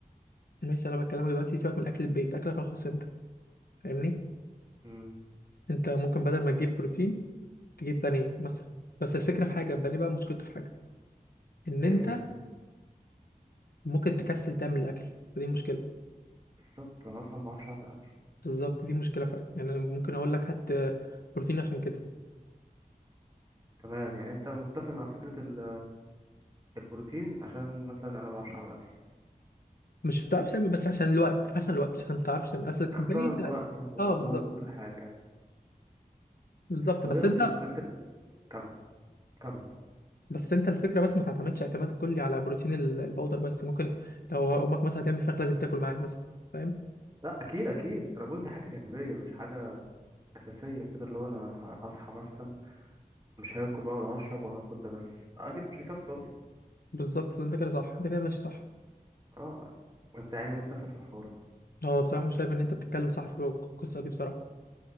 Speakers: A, on the left (about 80°); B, on the right (about 25°).
A: ماشي انا بكلمك دلوقتي سيبك من اكل البيت اكلك الخاص انت فاهمني
B: امم
A: انت ممكن بدل ما تجيب بروتين تجيب بانيه مثلا بس الفكره في حاجه البانيه بقى مشكلته في حاجه ان
B: إيه
A: انت ممكن تكسل تعمل الاكل فدي مشكله
B: بالظبط انا اصلا ما بعرفش اعمل اكل
A: بالظبط دي مشكله فعلا يعني انا ممكن اقول لك هات بروتين عشان كده
B: تمام يعني انت متفق مع فكرة ال- البروتين عشان مثلا انا ما بعرفش اعمل اكل
A: مش بتعرفش تعمل بس عشان الوقت عشان الوقت مش عشان ما بتعرفش تعمل اصل
B: اختصارا
A: البانيه سهل
B: لوقته ومجهود
A: اه بالظبط
B: وكل حاجة يعني
A: بالظبط
B: طب
A: بس
B: ايه رأيك
A: انت
B: في الناس اللي كم كم
A: بس انت الفكره بس ما تعتمدش اعتماد كلي على بروتين ال- البودر بس ممكن لو امك مثلا تعمل فراخ لازم تاكل معاها مثلا فاهم
B: لا اكيد اكيد انا بقول دي حاجة جانبية مش حاجة اساسية كده اللي هو انا ه- هصحى مثلا مش هاكل بقى ولا هشرب وهاخد ده بس اكيد مش هيكفي اصلا
A: بالظبط انت كده صح انت كده ماشي صح
B: اه ما انت يعني متفق في الحوار ده
A: هو بصراحه انا شايف ان انت بتتكلم صح في الوك- القصه دي بصراحه